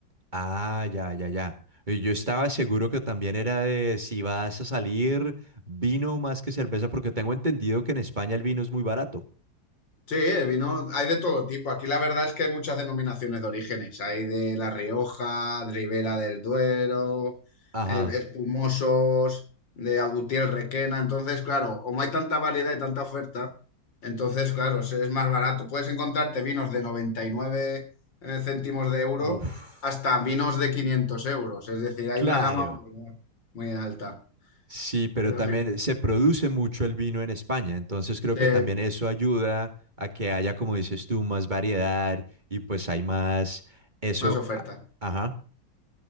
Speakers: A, on the right; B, on the left.
A: Ah, ya, ya, ya. Y Yo estaba seguro que también era de si vas a salir vino más que cerveza, porque tengo entendido que en España el vino es muy barato.
B: Sí, el vino hay de todo tipo. Aquí la verdad es que hay muchas denominaciones de orígenes. Hay de La Rioja, de Ribera del Duero,
A: Ajá.
B: eh, espumosos, de Agutiel Requena. Entonces, claro, como hay tanta variedad y tanta oferta, entonces, claro, es es más barato. Puedes encontrarte vinos de 99 eh, céntimos de euro
A: Uf.
B: hasta vinos de 500 euros. Es decir, hay
A: Claro,
B: una gama muy, muy alta.
A: sí, pero
B: Pero
A: también
B: sí,
A: se produce mucho el vino en España, entonces creo
B: sí,
A: que también eso ayuda a que haya, como dices tú, más variedad y pues hay más, eso,
B: más oferta.
A: a- ajá,